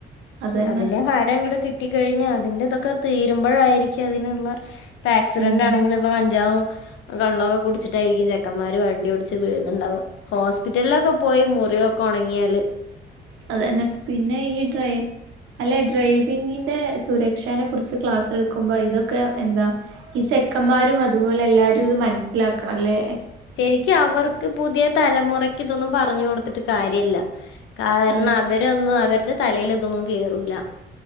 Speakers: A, on the right; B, on the left.
A: അതന്നെ
B: അതിന്റെ ഹരം അങ്ങ കിട്ടി കഴിഞ്ഞ് അതിൻറതൊക്കെ തീരുമ്പോഴായിരിക്കും അതിനുള്ള ഇപ്പൊ ആക്സിഡന്റ്
A: ഉം
B: ആണെങ്കിലും ഇപ്പ കഞ്ചാവും കള്ളൊക്കെ കുടിച്ചിട്ടായിരിക്കും ചെക്കൻമാര് വണ്ടി കൊടു ച്ച് വീഴുന്നുണ്ടാവുക. ഹോസ് പിറ്റലിൽ ഒക്കെ പ്പോയി മുറി കൊണങ്ങിയാല്
A: അത്‌ തന്നെ പിന്നെ ഈ ഡ്രൈ അല്ലെ ഡ്രൈവിങ്ങിന്റെ സുര ക്ഷനെ കുറിച്ച് ക്ലാസ് എടുക്കുമ്പോ ഇതൊക്കെ എന്താ. ഈ ചെക്കന്മാരും അതുപോലെ എല്ലാരും ഇത് മനസ്സിലാക്കണം അല്ലെ.
B: ശരിക്കും അവർക്ക് പുതിയ തലമുറക്ക് ഇതൊന്നും പറഞുകൊടുത്തിട്ട് കാര്യല്ല. കാരണം
A: അതന്നെ
B: അവരൊന്നും അവരുടെ തലേലിതൊന്നും കേറൂല.